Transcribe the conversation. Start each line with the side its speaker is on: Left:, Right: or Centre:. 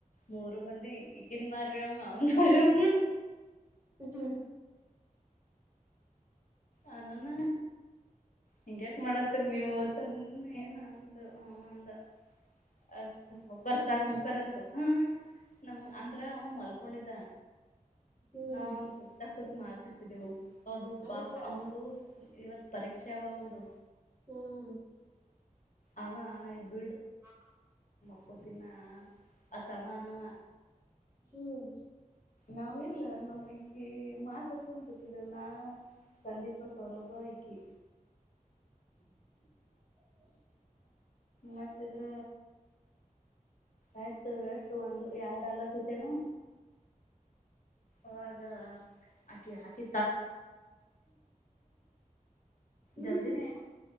Left: ಮೂರು ಮಂದಿ ಇಿನ್ ಮಾರನ್ರೋ
Right: ಹ ಹ್ಮ
Left: ಅಾನ ಹಿಂಗ ಯ್ಯಾಕ ಮಾಡತ್ತೀರಿ ನೀವು ತನ್ನ ಏನ ಅಂದು ಆಮ ಅಂದ ಅ ಬರ್ಸಾಖ ಮು ಬರತ ಹ ನಮ ಅಂದ್ರ ಅಮ್ಮ ಮಲ್ಕೊಂಡಿದ್ದ
Right: ಹ್ಮ್
Left: ನಾನ್
Right: ಹ್ಮ್
Left: ಸುತ್ತ ಕ ಮಾ ಹತ ಚ ದ ಅದುಪಾ
Right: ಅದಕ್ಕ ಹಾ
Left: ಒಂದು ಇವತ್ ಪರೀಕ್ಷೆ ಚಾವ ಒಂದು
Right: ಹ್ಮ್
Left: ಅವ ಇಬ
Right: ಹ್ಮ ಹಾ
Left: ಹಕೋತಿನ ಅತವನವ
Right: ಹ್ಮ್
Left: ನಾವ ಇಲ್ಲ ನಾವು ಈಗ ಮಾತ್ಸೊಂಡ ಕೊತಿದ್ದೇವನಾ ಸಂದಿಪ ಸೊರಪಾಯಕಿ
Right: <inaudible>
Left: ಮತ್ತಿದ್ರ ಆಯ್ತು ಎಷ್ಟು ಒಂದು ಎರ ಾಲತ್ತೆೇನ ಅವಾಗ ಹಾಕಿ ಹಾಕಿ
Right: ಹ್ಮ್ಂಗ
Left: ಜಲ್ದಿನೇ